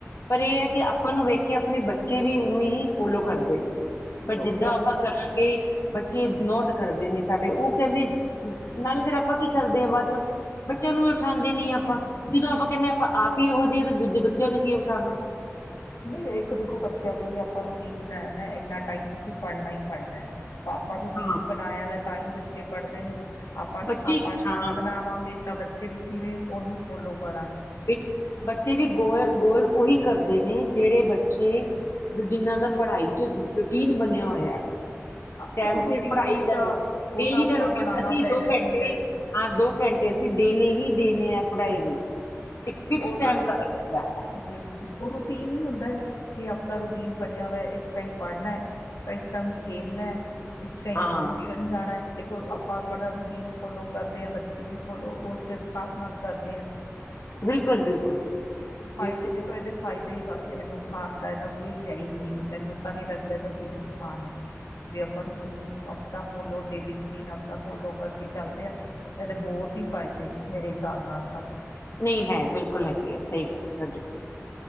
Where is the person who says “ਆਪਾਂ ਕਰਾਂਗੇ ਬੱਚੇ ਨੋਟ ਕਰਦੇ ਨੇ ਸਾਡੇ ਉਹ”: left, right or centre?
Left